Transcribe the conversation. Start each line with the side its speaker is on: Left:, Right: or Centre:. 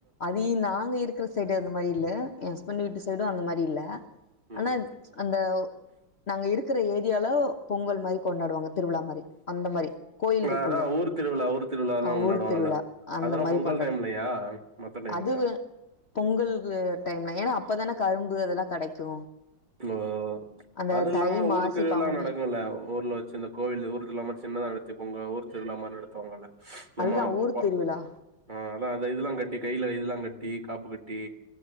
Left: அதி இங் நாங்க இருக்கிற சைடு அந்த மாரி இல்ல ஏ ஹஸ்பண்ட் வீட்டு சைடும் அந்த மாரி இல்ல
Right: ம்
Left: ஆனா
Right: ம்
Left: அந்த நாங் இருக்கற ஏரியால பொங்கல் மாரி கொண்டாடுவாங்க திருவிழா மாரி அந்த மாரி கோயில் இருக்குல்ல
Right: அதா ஊர் திருவிழா ஊர் திருவிழாலா
Left: அ
Right: கொண்டாடுவாங்கல்ல
Left: ஊர் திருவிழா அந்த
Right: அதெல்லா
Left: மாரி
Right: பொங்கல்
Left: கொண்டாடு
Right: டைம்லயா மத்த டைம்லயா
Left: அதுவு பொங்கல் டைம்ல ஏன்னா அப்பதான கரும்பு அதெல்லா கெடைக்கு
Right: ஓ
Left: அந்த
Right: அது இல்லாம
Left: தை மாசி
Right: ஊர் திருவிழா
Left: பங்குனி
Right: நடக்கு இல்லல்ல ஊர்ல வச்சு இந்த கோவில் ஊர் திருவிழா மாரி சின்னதா நடத்தி பொங்க ஊர் திருவிழா மாரி நடத்துவாங்கல்ல நா
Left: அதுதா
Right: மா
Left: ஊர்
Right: ப்பா
Left: திருவிழா
Right: ஆ அதா அத இதெல்லா கட்டி கையில இதெல்லா கட்டி காப்பு கட்டி